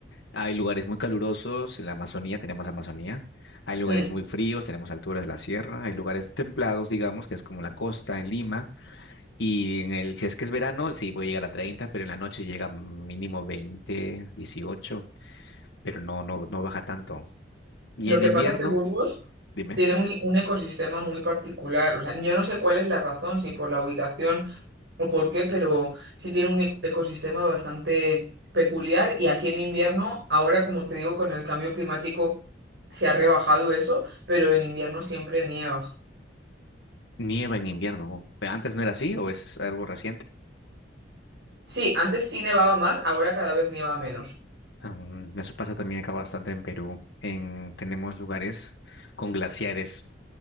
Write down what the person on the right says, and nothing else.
Mm.
Lo
que
pasa es que Burgos
tiene un, un ecosistema muy particular. O sea, yo no sé cuál es la razón, si por la ubicación o por qué, pero sí tiene un e- ecosistema bastante peculiar y aquí en invierno, ahora como te digo, con el cambio climático se ha rebajado eso, pero en invierno siempre nieva.
Sí, antes sí nevaba más, ahora cada vez nieva menos.